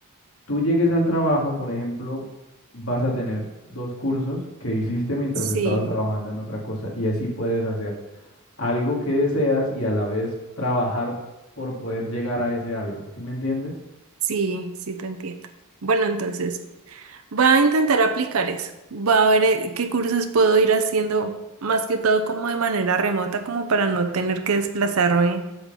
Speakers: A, on the left; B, on the right.
A: tú llegues al trabajo, por ejemplo, vas a tener dos cursos que hiciste mientras
B: Sí.
A: estabas trabajando en otra cosa y así puedes hacer algo que deseas y a la vez trabajar por poder llegar a ese algo, ¿sí me entiendes?
B: Sí, sí te entiendo. Bueno, entonces, voy a intentar aplicar eso. Voy a ver eh, qué cursos puedo ir haciendo, más que todo como de manera remota, como para no tener que desplazarme